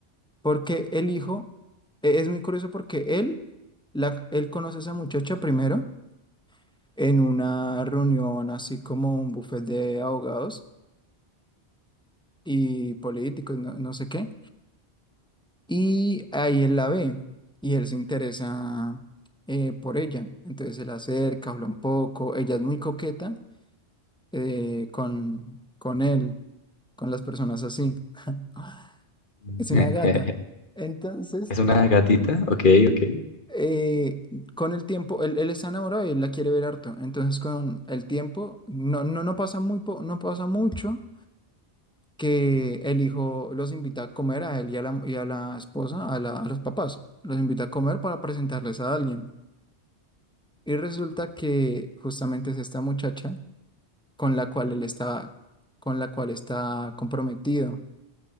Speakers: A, in the centre; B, on the left (about 50°).
A: Porque el hijo, e- es muy curioso porque él, la, él conoce a esa muchacha primero en una reunión así como un buffet de abogados y políticos, no, no sé qué. Y ahí él la ve y él se interesa eh, por ella. Entonces se la acerca, habla un poco. Ella es muy coqueta eh, con, con él, con las personas así. Ah,
B: <laughs>
A: Es una gata. Entonces,
B: ¿Es una gatita? Ok, ok.
A: eh, con el tiempo, él, él está enamorado y él la quiere ver harto. Entonces, con el tiempo, no, no, no pasa muy po- no pasa mucho que el hijo los invita a comer a él y a la, y a la esposa, a, la- a los papás. Los invita a comer para presentarles a alguien. Y resulta que justamente es esta muchacha con la cual él está, con la cual está comprometido.